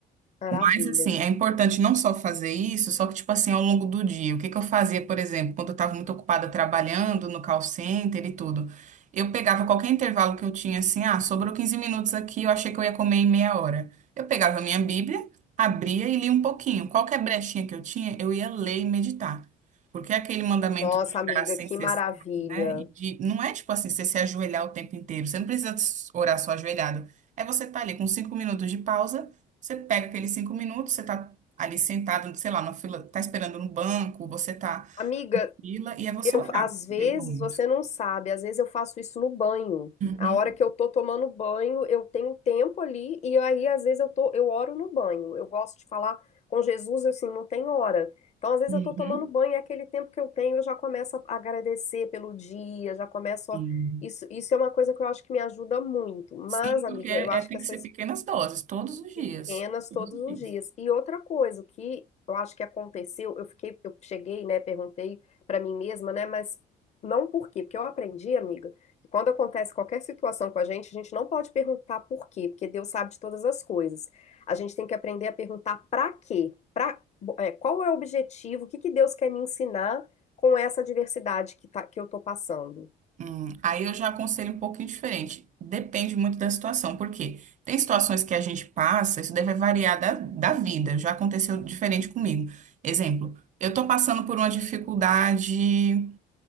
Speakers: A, on the left; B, on the right.
A: Maravilha.
B: Mas assim, é importante não só fazer isso, só que tipo assim, ao longo do dia, o que que eu fazia, por exemplo, quando eu estava muito ocupada trabalhando no call center e tudo, eu pegava qualquer intervalo que eu tinha assim, ah, sobrou 15 minutos aqui, eu achei que eu ia comer em meia hora. Eu pegava a minha Bíblia, abria e lia um pouquinho. Qualquer brechinha que eu tinha, eu ia ler e meditar. Porque é aquele mandamento
A: Nossa,
B: de
A: amiga,
B: graça
A: que
B: sem cessar,
A: maravilha.
B: né? E de, não é tipo assim, você se ajoelhar o tempo inteiro. Você não precisa orar só ajoelhado. É você estar ali com cinco minutos de pausa você pega aqueles cinco minutos, você tá ali sentado, sei lá, na fila, tá esperando no banco, você tá
A: Amiga,
B: na fila, e é você
A: eu
B: orar
A: às vezes
B: naquele momento.
A: você não sabe, às vezes eu faço isso no banho.
B: Uhum,
A: A hora que eu tô tomando banho, eu tenho tempo ali e aí às vezes eu tô, eu oro no banho. Eu gosto de falar com Jesus, assim, não tem hora. Então, às vezes
B: uhum,
A: eu tô tomando banho, é aquele tempo que eu tenho, eu já começo a agradecer pelo dia, já começo
B: sim.
A: a Isso, isso é uma coisa que eu acho que me ajuda muito. Mas,
B: Sim,
A: amiga,
B: porque é,
A: eu acho
B: tem
A: que essa
B: que ser pequenas doses, todos os
A: pequenas
B: dias. Todos
A: todos
B: os
A: os
B: dias.
A: dias. E outra coisa, o que eu acho que aconteceu, eu fiquei, eu cheguei, né, perguntei pra mim mesma, né, mas não por quê, porque eu aprendi, amiga, que quando acontece qualquer situação com a gente, a gente não pode perguntar por quê, porque Deus sabe de todas as coisas. A gente tem que aprender a perguntar pra quê, pra, é, qual é o objetivo, o que que Deus quer me ensinar com essa adversidade que tá, que eu tô passando.
B: Hum, aí eu já aconselho um pouquinho diferente. Depende muito da situação, porque tem situações que a gente passa, isso deve variar da, da vida. Já aconteceu diferente comigo. Exemplo, eu tô passando por uma dificuldade.